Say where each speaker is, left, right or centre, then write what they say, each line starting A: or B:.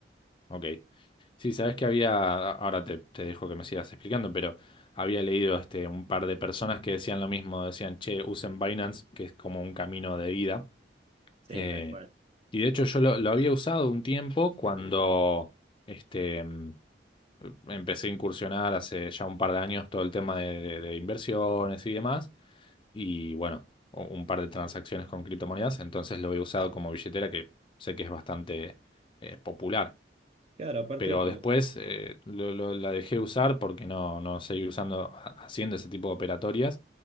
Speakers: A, on the left; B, on the right.
A: ok. Sí, sabes que había, ahora te, te dejo que me sigas explicando, pero había leído este, un par de personas que decían lo mismo, decían, che, usen Binance, que es como un camino de vida.
B: Sí,
A: Eh,
B: tal cual.
A: y de hecho yo lo, lo había usado un tiempo cuando este, mm, empecé a incursionar hace ya un par de años todo el tema de de- de inversiones y demás. y bueno, u- un par de transacciones con criptomonedas, entonces lo he usado como billetera que sé que es bastante eh, popular.
B: Claro, aparte,
A: Pero
B: como-
A: después eh, lo- lo- la dejé usar porque no, no seguí usando, ha- haciendo ese tipo de operatorias